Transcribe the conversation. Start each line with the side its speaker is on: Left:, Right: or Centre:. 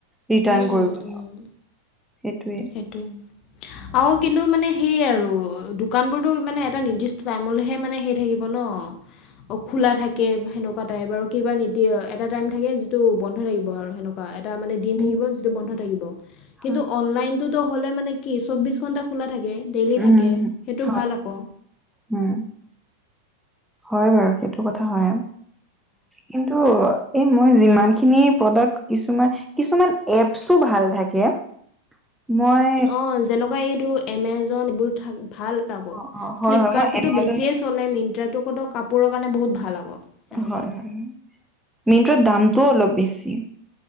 Centre: ৰিটাৰণ
Left: উম, উম,
Centre: কৰিবলে
Left: উম।
Centre: সেইটোৱে।
Left: সেইটোৱে আৰু কি কিন্তু মানে সেইয়ে আৰু দোকানবোৰতটো মানে এটা নিৰ্দিষ্ট টাইমলৈহে মানে সেই থাকিব ন। অ খোলা থাকে, সেনেকুৱা টাইপ আৰু কিবা নিতি এটা টাইম থাকে যিটো বন্ধ থাকিব আৰু সেনেকুৱা এটা মনে দিন
Centre: উম
Left: থাকিব যিটো বন্ধ থাকিব।
Centre: হয়
Left: কিন্তু অনলাইনটো হ'লে মানে কি চৌব্বিছ ঘণ্টা খোলা থাকে, ডেইলি
Centre: উম
Left: থাকে, সেইটো
Centre: হয়
Left: ভাল আকৌ।
Centre: উম। হয় বাৰু সেইটো কথা হয়। কিন্তু এই মই যিমান খিনি প্ৰডাক কিছুমান, কিছুমান এপচু ভাল থাকে। মই
Left: অ যেনেকুৱা এইটো এমেজন এইবোৰ থ ভাল আকৌ,
Centre: অ হয়
Left: ফ্লিপকাৰ্টতটোতো
Centre: হয় মই এমাজন
Left: বেছিয়ে চলে মিট্ৰাটো কোত কাপোৰৰ কাৰণে বহুত ভাল আকৌ। এনেকুৱা
Centre: হয় হয় মিনট্ৰাত দামটোও অলপ বেছি।